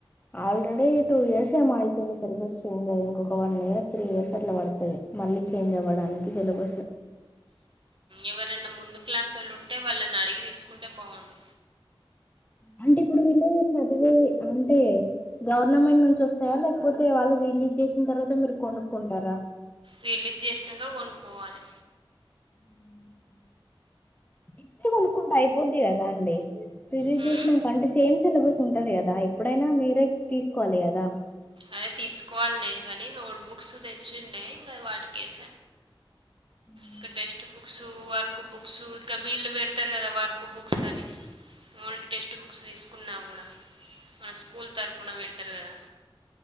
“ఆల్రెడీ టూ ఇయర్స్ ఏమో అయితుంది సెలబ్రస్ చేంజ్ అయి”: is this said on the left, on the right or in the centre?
Left